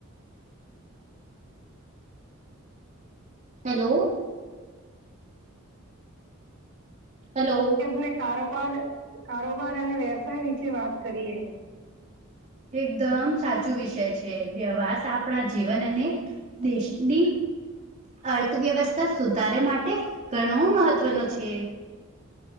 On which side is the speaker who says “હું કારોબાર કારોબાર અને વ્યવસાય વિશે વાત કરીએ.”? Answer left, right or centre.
Right